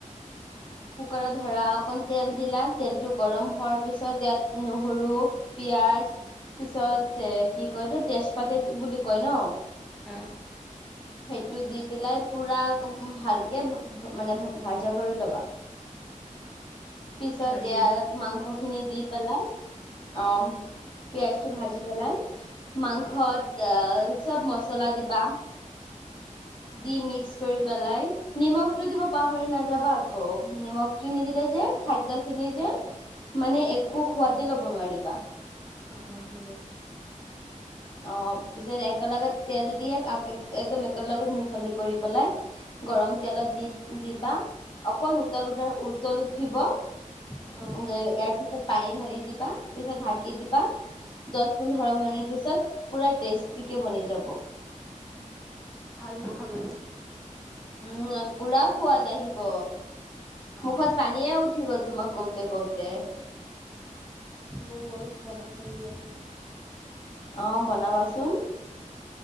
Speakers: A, on the left (about 40°); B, in the centre.
A: <inaudible> কুকাৰত ধৰা অকন তেল দিলা তেলটো গৰম হোৱাৰ পিছত ইয়াত নহৰু পিয়াজ পিছত এ কি কয় এইটো তেজপাতে বুলি কয় ন?
B: অঁহ।
A: সেইটো দি পেলাই পুৰা ভালকে মানে ভাজা কৰি ল'বা। পিছত
B: ভাজি
A: এয়াত মাংস খিনি দি পেলাই অ পিয়াঁজটো ভাজি পেলাই মাংসত
B: অ',
A: এ চব মচলা দিবা দি মিক্স কৰি পেলাই। নিমখটো দিব পাহৰি নাযাবা আকৌ নিমখটো নিদিলে যে খাদ্য খিনি যে মানে একো সোৱাদে ল'ব নোৱাৰিবা
B: অ অ হ'ব
A: অ পিছত একেলগত তেল দিয়ে একদম একেলগত মিহলি কৰি পেলাই গৰম তেলত দি দিবা অকন উতলোতে উতল উঠিব
B: অ
A: উম, ইয়াৰ পিছত পানী ঢালি দিবা পিছত ঢাকি দিবা দশ পোন্ধৰ মিনিট পিছত টেষ্টটি কে বনি যাব
B: ভাল হ'ব খাবলৈ
A: উম পুৰা সোৱাদ আহিব
B: অ'।
A: মুখত পানীয়ে উঠ উঠিব তোমাক কওঁতে কওঁতে
B: হ'ব মই বনাই চাম দিয়া
A: অ বনাবাচোন